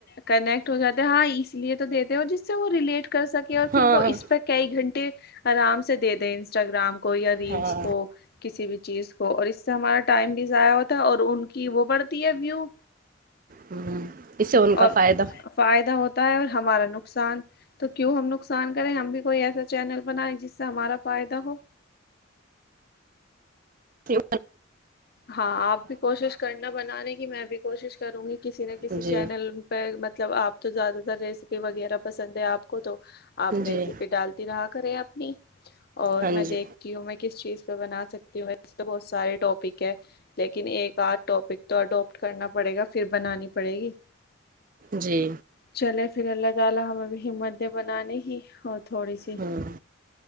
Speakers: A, on the left; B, on the right.
A: کنیکٹ ہو جاتے ہیں ہاں اس لیے تو دیتے ہیں اور جس سے وہ ریلیٹ کر سکے اور پھر
B: ہاں
A: وہ اس پہ کئی گھنٹے آرام سے دے دیں انسٹاگرام کو یا ریلس
B: ہاں
A: کو کسی بھی چیز کو اور اس سے ہمارے ٹائم بھی ضائع ہوتا ہے اور ان کی وہ بڑتی ہے ویو
B: ہوں اس سے ان
A: اور
B: کا فائدہ
A: فائدہ ہوتا ہے اور ہمارا نقصان تو کیوں ہم نقصان کریں ہم بھی کوئی ایسا چینل بنائے جس سے ہمارا فائدہ ہو
B: س
A: ہاں آپ بھی کوشش کرنا بنانے کی میں بھی کوشش کروں گی کسی نہ کسی
B: جی
A: چینل پہ مطلب آپ تو زیادہ تر ریسیپی وغیرہ پسند ہے آپ کو تو آپ ریسیپی
B: جی
A: ڈالتی رہا کریں اپنی اور
B: ہاں
A: میں دیکھتی
B: جی
A: ہوں میں کس چیز بنا سکتی ہوںس تو بہت سارےٹاپک لیکن ایک آدھ ٹاپک تو اڈوپٹ کرنا پڑے گا پھر بنانی پڑے گی
B: جی
A: چلے پھر اللہالا ہم بھی ہمت د بنانی ہی اور تھوڑی سی
B: ہوں